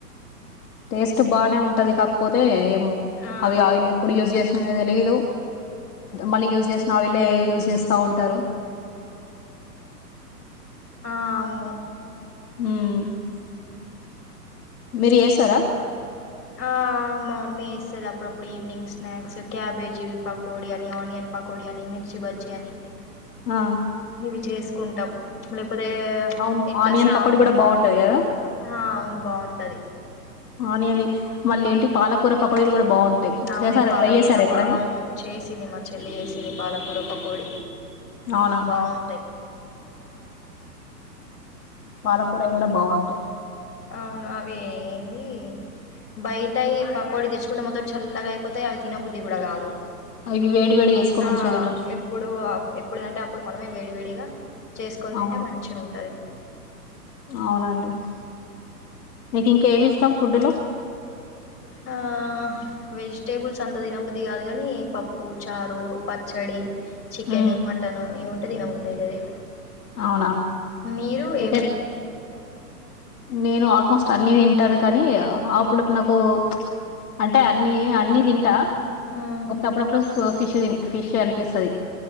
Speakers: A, on the left (about 60°); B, on the left (about 80°).
A: టేస్ట్ బానే ఉంటది కాకపోతే ఏమో
B: ఆ
A: అవి ఆయిల్ ఎప్పుడు యూజ్ చేసినో తెలిదు మళ్ళీ యూజ్ చేసిన ఆయిలే యుజ్ చేస్తా ఉంటారు
B: ఆ అవును
A: మ్మ్ మీరు చేస్తారా
B: ఆ మా మమ్మీ చేస్తాది అప్పుడప్పుడు ఈవినింగ్ స్నాక్స్ క్యాబేజీ పకోడి అని, ఆనియన్ పకోడి అని, మిర్చ్ మిర్చి బజ్జి అని
A: ఆ
B: ఇవి చేస్ కుంటం మే అప్పుడే
A: అవును
B: ఇట్లా
A: ఆనియన్
B: సామ్
A: పకోడి కూడా బాగుంటది కదా
B: అవును బాగుంటంది
A: ఆనియన్ది మళ్ళీ ఏంటి పాలకూర పకోడీలు కూడా బాగుంటాయి
B: అవును
A: చేసారా
B: పాలకూర
A: ట్రై చేసారా ఎప్పుడైనా
B: ప అవును చేసింది మా చెల్లి వేసింది పాలకూర పకోడి
A: అవునా
B: బాగుంటాయి
A: పాలకూరయి కూడా బాగుంటాయి
B: అవును అవి ఏంది బయిటయి పకోడి తెచ్చుకున్న మొత్తం చల్లగా అయిపోతాయి అవి తినబుద్ధి కూడా కాదు
A: ఇవి వేడి వేడి చేసుకో
B: ఆ
A: మంచిగా తినొచ్చు
B: ఎప్పుడు ఎప్పుడంటేయపుడు మనమే వేడివేడి ఇగ చేసుకొని తింటే
A: అవును
B: మంచిగా ఉంటది
A: అవునండి నీకు ఇంకా ఏవి ఇష్టం ఫుడ్ లో
B: ఆ వెజిటేబుల్స్ అంత తినబుద్ధి కాదు కాని పప్పు చారు పచ్చడి చికెన్
A: ఉమ్
B: మటన్ ఇవి ఉంటే దినబ అయితది
A: అవునా
B: మీరు
A: చికెన్
B: ఏం
A: నేను ఆల్మోస్ట్ అన్ని తింటాను కానీ అపుడపుడు నాకు అంటే అన్ని అన్ని తింటా
B: మ్మ్
A: అపుడపుడు ఫిష్ తిన్ ఫిష్ అనిపిస్తుంది